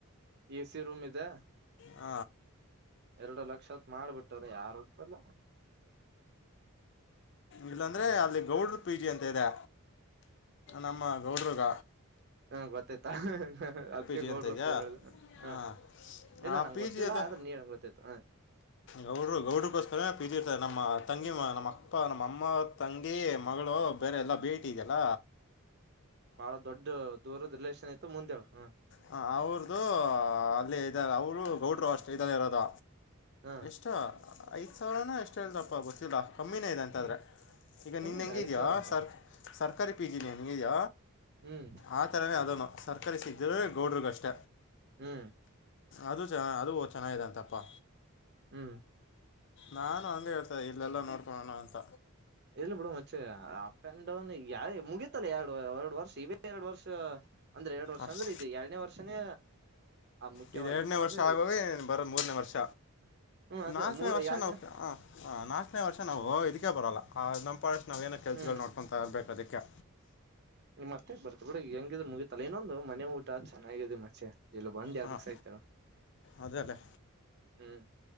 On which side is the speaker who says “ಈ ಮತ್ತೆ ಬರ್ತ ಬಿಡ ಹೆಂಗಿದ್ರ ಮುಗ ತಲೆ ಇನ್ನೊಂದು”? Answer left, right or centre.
Right